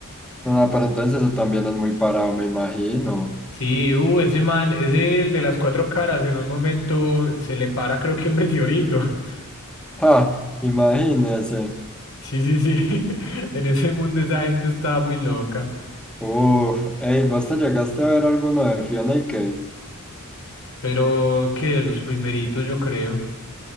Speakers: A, in the centre; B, on the left.
A: Ah, pero entonces eso también es muy parado, me imagino.
B: Sí, uh, ese man, es el de las cuatro caras, en un momento se le para creo que un meteorito. <laughs>
A: Ja, imagínese.
B: Sí, sí, sí. <laughs> En ese mundo esa gente estaba muy loca.
A: Uf, ey, ¿vos te llegaste a ver alguno de Fiona y Cake?
B: Pero que de los primeritos, yo creo.